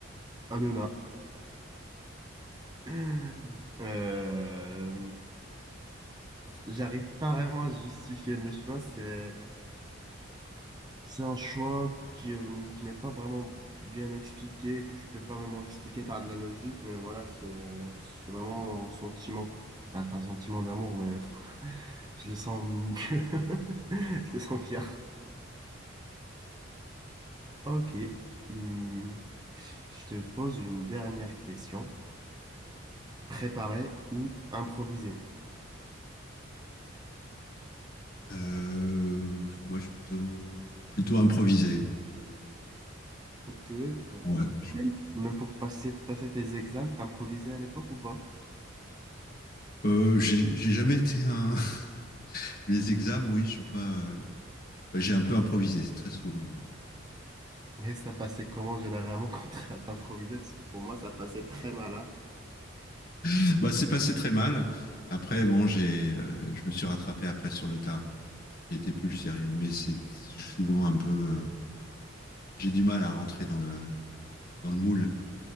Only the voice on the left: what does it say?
Euh, moi, je suis plutôt, plutôt improvisé.
Ouais. je-
Euh, j'ai j'ai jamais été un. <laughs> Les examens, oui, je suis pas. euh, bah, j'ai un peu improvisé, c'est très souvent.
ouais. Bah, c'est passé très mal. Après, bon, j'ai, euh, je me suis rattrapé après sur le tard. J'ai été plus sérieux, mais c'est souvent un peu. euh, j'ai du mal à rentrer dans le dans le moule.